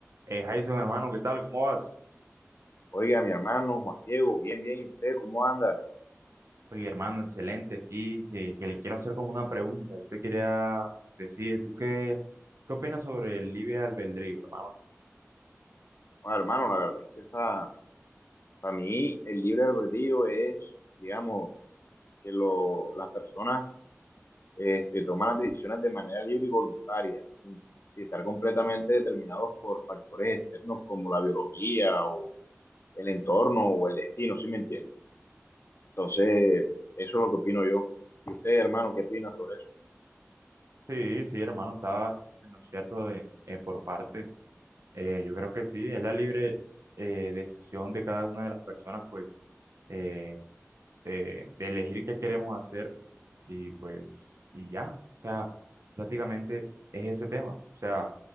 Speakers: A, on the right; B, on the left.
A: Eh, Jason, hermano, ¿qué tal? ¿Cómo vas?
B: Oiga, mi hermano Juan Diego, bien, bien, ¿y usted cómo anda?
A: Oye, hermano, excelente aquí, que, que le quiero hacer como una pregunta. Yo te quería decir, ¿tú qué, qué opinas sobre el libre albedrío, hermano?
B: Bueno, hermano, la verdad es que esa- para mí el libre albedrío es, digamos, que lo, las personas este, toman las decisiones de manera libre y voluntaria, sin, sin estar completamente determinados por factores externos como la biología o el entorno o el destino, ¿sí me entiende? Entonces, eso es lo que opino yo. ¿Y usted, hermano, qué opina sobre eso?
A: Sí, sí, hermano, está en lo cierto de, eh, por parte. Eh, yo creo que sí, es la libre eh, decisión de cada una de las personas, pues, eh, de, de elegir qué queremos hacer y pues, y ya. O sea, prácticamente es ese tema. O sea,